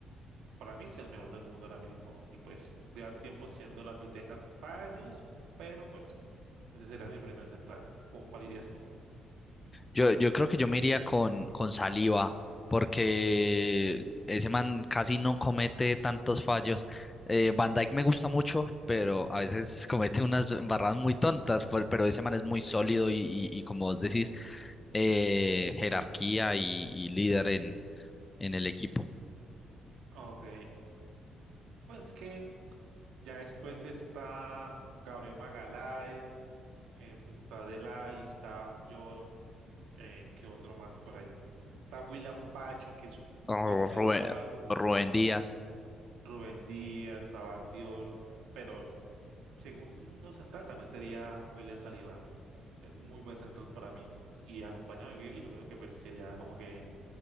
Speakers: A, on the right; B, on the left.
A: para mí es el mejor del mundo ahora mismo y pues lleva tiempo siéndolo así, tenga fallos, pero pues ese sería mi primer central. ¿Con cuál irías tú?
B: Yo, yo creo que yo me iría con, con Saliba, porque ese man casi no comete tantos fallos. Eh, Van Dijk me gusta mucho, pero a veces <laughs> comete unas embarradas muy tontas, por- pero ese man es muy sólido y, y- y como vos decís, eh, jerarquía y, y líder en, en el equipo.
A: Ok, pues es que ya después está Gabriel Magaláes, eh, pues está Delay, está Lloro. Eh, ¿qué otro más por ahí? Está William Pacho, que es un
B: Oh,
A: buen central.
B: Rubén, Rubén Díaz.
A: Rubén Díaz, Tabardiol. Pero mi segundo central también sería William Saliba. Es muy buen central para mí. Y acompañado de Virgil, yo creo que pues sería como que